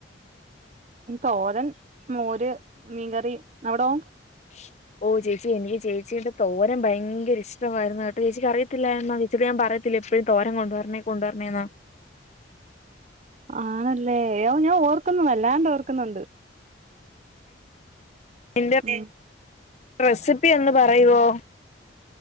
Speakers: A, on the right (about 35°); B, on the left (about 35°).
A: തോരൻ, മോര്, മീൻകറി അവിടൊ
B: <inaudible> ഓഹ് ചേച്ചി എനിക്ക് ചേച്ചിയുടെ തോരൻ ഭയങ്കര ഇഷ്ടമായിരുന്നു കേട്ടോ ചേച്ചിക്ക് അറിത്തില്ലയിരുന്നോ ചേച്ചീട് ഞാൻ പറയ ത്തില്ലെ എപ്പോഴും തോരൻ കൊണ്ടുവരണേ കൊണ്ടുവരണേന്ന്
A: ആണല്ലേ ഓഹ് ഞാൻ ഓർക്കുന്നു വല്ലാണ്ട് ഓർക്കുന്നുണ്ട്
B: തിന്റെ
A: ഉം
B: റെസിപ്പി ഒന്ന് പറയുവോ